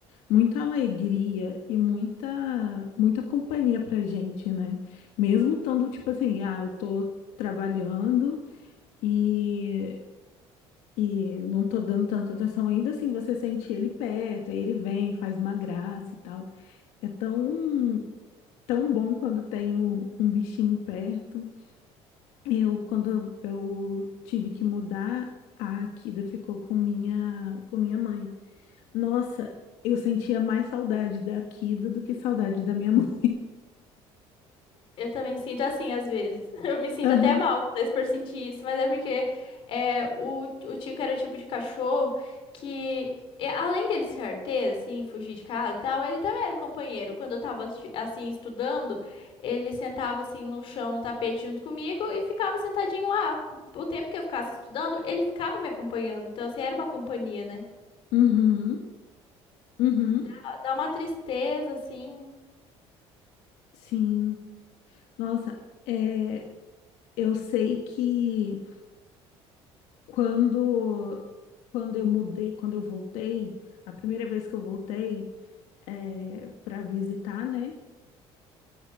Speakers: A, on the left (about 80°); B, on the left (about 50°).
A: muita alegria e muita muita companhia pra gente, né? Mesmo estando tipo assim, ah, eu tô trabalhando e E não tô dando tanta atenção. Ainda assim, você sente ele perto, aí ele vem, faz uma graça e tal. É tão, tão bom quando tem um, um bichinho perto. Eu, quando eu tive que mudar, a Akida ficou com minha, com minha mãe. Nossa, eu sentia mais saudade da Akida do que saudade da minha mãe.
B: Eu também sinto assim às vezes. <laughs> Eu me sinto
A: <laughs> Aham.
B: até mal, às vezes, por sentir isso, mas é porque é, o, o Tico era o tipo de cachorro que, e além dele ser arteiro, assim, fugir de casa e tal, ele também era companheiro. Quando eu tava, assi- assim, estudando, ele sentava, assim, no chão, no tapete junto comigo e ficava sentadinho lá. O tempo que eu ficasse estudando, ele ficava me acompanhando. Então, assim, era uma companhia, né?
A: Uhum. Uhum.
B: Dá, dá uma tristeza, assim.
A: Sim. Nossa, é, eu sei que quando, quando eu mudei, quando eu voltei, a primeira vez que eu voltei é, para visitar, né?